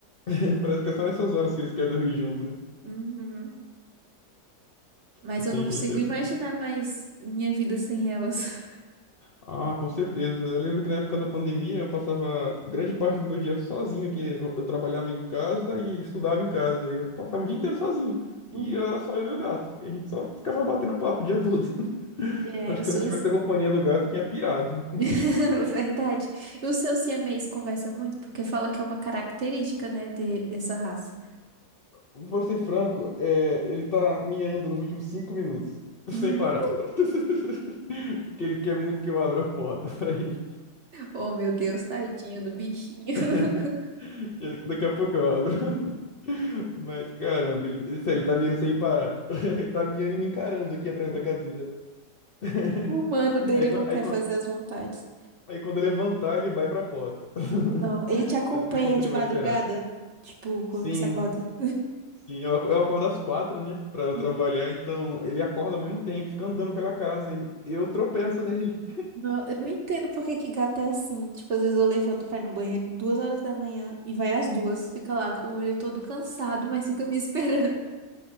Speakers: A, on the left; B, on the right.
A: <laughs> Parece que é só nessas horas que eles querem dormir junto, né?
B: Uhum. Mas
A: Não
B: eu
A: tem
B: não consigo
A: jeito. é-
B: imaginar mais minha vida sem elas. <laughs>
A: Ah, com certeza. Eu lembro que na época da pandemia eu passava grande parte do meu dia sozinho aqui. Eu trabalhava em casa e estudava em casa. E Eu passava o dia inteiro sozinho.
B: Hum,
A: E era só eu e o gato. E a gente só ficava batendo papo o dia todo. <laughs>
B: É,
A: Acho
B: eu
A: que
B: sou
A: se eu não tivesse
B: assim.
A: a companhia do gato, eu tinha pirado.
B: <laughs> Verdade. E o seu siamês conversa muito porque fala que é uma característica, né, de, dessa raça.
A: Vou ser franco, é, ele tá miando nos últimos cinco minutos, sem
B: Uhum.
A: parar. <laughs> Porque ele quer muito que eu abra a porta pra ele.
B: Oh, meu Deus, tadinho do bichinho. <laughs>
A: <laughs> E Daqui a pouco eu abro. <laughs> Mas caramba, ele, ele- sério, ele tá miando sem parar. <laughs> Ele tá miando e me encarando aqui atrás da cadeira. <laughs>
B: O humano dele
A: Aí, quan-
B: não quer
A: aí, quan-
B: fazer as vontades.
A: aí quando eu levantar, ele vai pra porta.
B: Não, ele
A: <laughs>
B: te acompanha
A: Mas por enquanto
B: de
A: ele
B: madrugada?
A: vai esperar.
B: Tipo, quando
A: Sim.
B: você acorda.
A: Sim, eu, ac- eu acordo às quatro, né? Pra eu
B: <laughs>
A: trabalhar, então ele acorda ao mesmo tempo, fica andando pela casa e eu tropeço nele.
B: Não, eu não entendo por que que gato é assim. Tipo, às vezes eu levanto pra ir no banheiro duas horas da manhã e vai às duas, fica lá com o olho todo cansado, mas fica me <laughs> esperando.